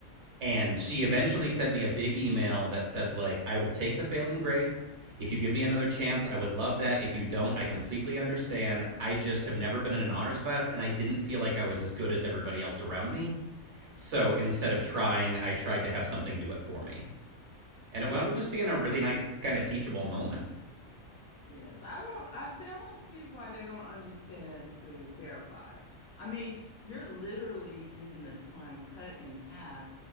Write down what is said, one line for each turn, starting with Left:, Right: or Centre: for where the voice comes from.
Right: And
Left: Oh, wow.
Right: she eventually sent me a big email that said, like, I will take the failing grade. If you give me another chance, I would love that. If you don't, I completely understand. I just have never been in an honors class and I didn't feel like I was as good as everybody else around me. So instead of trying, I tried to have something do it for me. And
Left: Yeah.
Right: it wound up just being a really nice, kind of teachable moment.
Left: Yes, I don't, I see, I don't see why they don't understand to verify. I mean, you're literally getting the time cut in half.